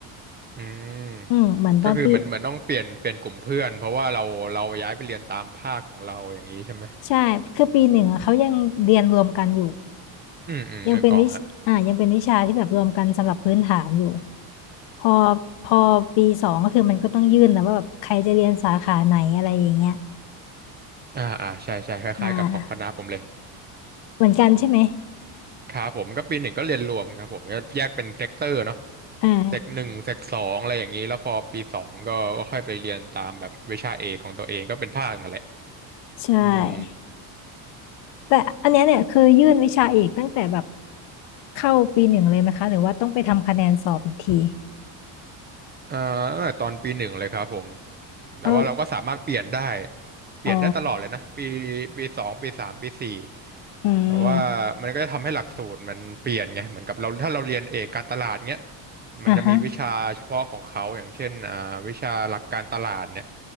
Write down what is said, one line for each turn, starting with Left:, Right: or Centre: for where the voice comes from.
Right: อืม
Left: อืมเหมือนตอนปี
Right: ก็คือเหมือนเหมือนต้องเปลี่ยนเปลี่ยนกลุ่มเพื่อนเพราะว่าเราเราย้ายไปเรียนตามภาคของเราอย่างนี้ใช่ไหม
Left: ใช่คือปีหนึ่งอะเขายังเรียนรวมกันอยู่
Right: อืมอืมนึกออกฮะ
Left: ยังเป็นวิชอ่ายังเป็นวิชาที่แบบรวมกันสำหรับพื้นฐานอยู่ พอ พอปีสองก็คือมันก็ต้องยื่นนะว่าแบบใครจะเรียนสาขาไหนอะไรอย่างเงี้ย
Right: อ่าอ่าใช่ใช่คล้ายๆกับของคณะผมเลย
Left: อ่าเหมือนกันใช่ไหม
Right: ครับผมก็ปีหนึ่งก็เรียนรวมครับผมก็แยกเป็นเซกเตอร์เนาะ
Left: อ่า
Right: เซกหนึ่งเซกสองอะไรอย่างนี้แล้วพอปีสองก็ก็ค่อยไปเรียนตามแบบวิชาเอกของตัวเองก็เป็นภาคนั่นแหละ
Left: ใช่
Right: อืม
Left: แต่อันเนี้ยเนี่ยคือยื่นวิชาเอกตั้งแต่แบบเข้าปีหนึ่งเลยไหมคะหรือว่าต้องไปทำคะแนนสอบอีกที
Right: อ่าตั้งแต่ตอนปีหนึ่งเลยครับผม แต่ว่าเราก็สามารถเปลี่ยนได้
Left: อ๋อ
Right: เปลี่ยนได้ตลอดเลยนะปี
Left: อ๋อ
Right: ปีสองปีสามปีสี่
Left: อืม
Right: แต่ว่ามันก็จะทำให้หลักสูตรมันเปลี่ยนไงเหมือนกับเราถ้าเราเรียนเอกการตลาดเงี้ยมันจะมีวิชาเฉพาะของเขาอย่างเช่นอ่าวิชาหลักการตลาดเนี่ย
Left: อ่ะฮะ